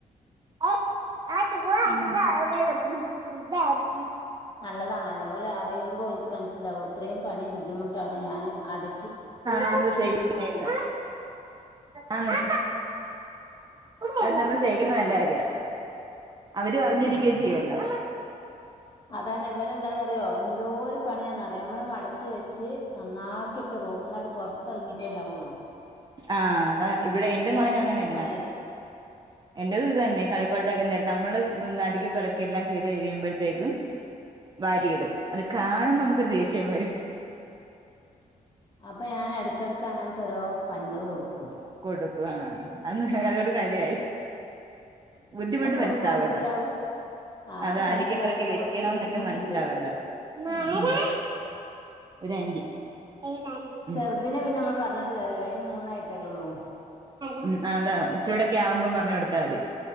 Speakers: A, on the right (about 30°); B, on the left (about 30°).
A: <inaudible>
B: നല്ലതാണല്ലോ ഓല് അറിയുമ്പോ അവൾക്ക് മനസ്സിലാവും ഇത്രയും പണി ബുദ്ധിമുട്ടാണ് ഞാൻ അട്
A: ആ നമ്മള് ചെയ്യുന്നെന്ന് ആന്ന് അത് നമ്മള് ചെയ്യിക്കുന്നത് നല്ല കാര്യവാ അവരും അറിഞ്ഞിരിക്കയും
B: ആഹ്
A: ചെയ്യുവല്ലോ
B: അതന്നെ എവല് എന്താന്നറിയോ എന്തോരു പണിയാന്നറിയോ നമ്മള് മടക്കി വെച്ച് നന്നാക്കിയിട്ട് റോമൊന്നാട് പുറത്തിറങ്ങിയിട്ടേണ്ടാവുള്ളൂ
A: ആഹ് ഇവിടെ എന്റെ മകനും
B: എരട്ടി
A: അങ്ങനെ തന്നാ
B: പണിയാക്കും
A: എന്റെത് ഇത് തന്നെ കളിപ്പാട്ടൊക്കെ നേരന്ന് നമ്മള് നടിക്ക് പെറക്കി എല്ലാം ചെയ്ത് കഴിയുമ്പോഴത്തേക്കും വാരിയിടും അത് കാണുമ്പ നമുക്കൊരു ദേഷ്യം വരും
B: അപ്പൊ ഞാൻ എടക്കടക്ക് അങ്ങന തൊ രോ പണികൾ കൊടുക്കും
A: കൊടുക്കും ആ ഹ് അന്ന് അതോട് കാര്യായി ബുദ്ധിമുട്ട്
B: അപ്പൊ
A: മനസ്സിലാവല്ലോ
B: ഓൽക്ക് മനസ്സിലാവും ആഹ്
A: അത്
B: അപ്പൊ
A: അടി
B: മനസ്സിലാവും
A: കിപ്പറകി
B: ഇത്
A: വെക്കണംന്നൊക്കെ
B: കൊറച്ച് ബുദ്ധിമുട്ടുണ്ട്
A: മനസ്സിലാവല്ലോ മ്മാ
B: ആഹ്
A: ആരാ ഒരാൻ്റി ഏതാന്റി
B: ചെറുദിനെ പിന്നെ നമ്മൾ പറഞ്ഞിട്ട്കാര്യല്ല അയിന് മൂന്നായിട്ടല്ലേള്ളൂ
A: ഉ അതാ ചൂടൊക്കെ ആവുമ്പം പറഞ്ഞു കൊടുത്താ മതി.